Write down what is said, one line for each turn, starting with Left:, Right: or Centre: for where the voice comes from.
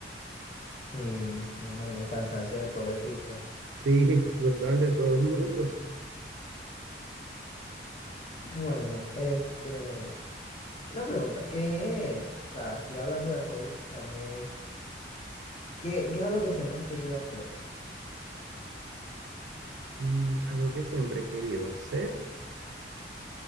Left: Sí, me imagino el cansancio del pobre pitcher.
Right: Sí, <laughs> brutal de todo el mundo.
Left: Bueno, este. Una pregunta, ¿qué? O sea, así hablando de hobbies también, ¿qué, qué es algo que siempre has querido hacer?
Right: Mm, algo que siempre he querido hacer,